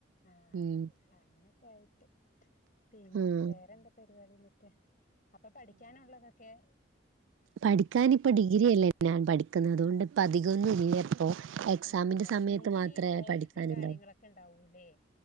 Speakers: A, on the left; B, on the right.
A: ആഹ്
B: ഉം
A: അങ്ങനെയൊക്കെയായി പിന്നെ
B: ഉം
A: വേറെന്താ പരിപാടിയെന്നിട്ട് അപ്പൊ പഠിക്കാനുള്ളത ക്കെ
B: പഠിക്കാൻ ഇപ്പോ ഡിഗ്രി അല്ലേ ഞാൻ പഠിക്കുന്നത് അതുകൊണ്ട് ഇപ്പോ അതിക്കമൊന്നും ഇല്ല ഇപ്പൊ എക്സാമിന്റെ
A: അതല്ലേ
B: സമയത്ത്
A: നിങ്ങക്ക്
B: മാത്രേ
A: ഇനി ഈ പ്രോജക്ടും
B: പഠിക്കാനുണ്ടാവുള്ളൂ
A: കാര്യങ്ങളൊക്കെ ഉണ്ടാവൂല്ലേ